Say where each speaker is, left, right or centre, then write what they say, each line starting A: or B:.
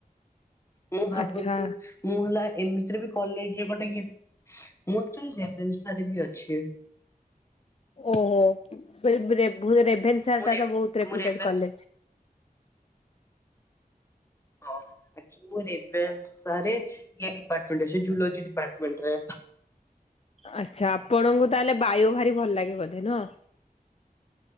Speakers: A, on the left (about 15°); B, on the left (about 40°).
A: ମୁଁ ଭାବୁଥିଲି
B: ଆଚ୍ଛା
A: ମୁଁ ହେଲା ଏମିତିରେ ବି କଲେଜରେ ଗୋଟେ ମୁଁ ଆକଚୁଆଲି ରେଭେନ୍ସାରେ ବି ଅଛି।
B: ଓହୋ। ରେ-ରେଭୁ-ରେଭୁ-ରେଭେନ୍ସା
A: ମୁଁ
B: ଟାତ
A: ରେ
B: ବହୁତ ରେପୁଟେଡ
A: ମୁଁ ରେଭେନ୍ସ
B: କଲେଜ।
A: ହଁ। ଆକଚୁଆଲି ମୋର ରେଭେନ୍ସାରେ ଇଏ ଡିପାର୍ଟମେଣ୍ଟରେ ଅଛି ଜୁଲୋଜି ଡିପାର୍ଟମେଣ୍ଟ ରେ।
B: ଆଚ୍ଛା ଆପଣଙ୍କୁ ତାହେଲେ ବାୟୋ ଭାରି ଭଲ ଲାଗେ ବୋଧେ ନୁହଁ?